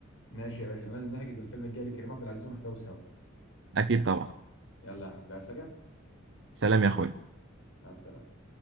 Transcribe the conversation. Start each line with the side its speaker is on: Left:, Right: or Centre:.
Left: ماشي يا باشا لازم نحجز الفيلم الجاي لكريم عبد العزيز ونحضره سوا
Right: اكيد طبعا
Left: يلا يا حبيبي عايز حاجة
Right: سلام يا اخوي
Left: مع السلامة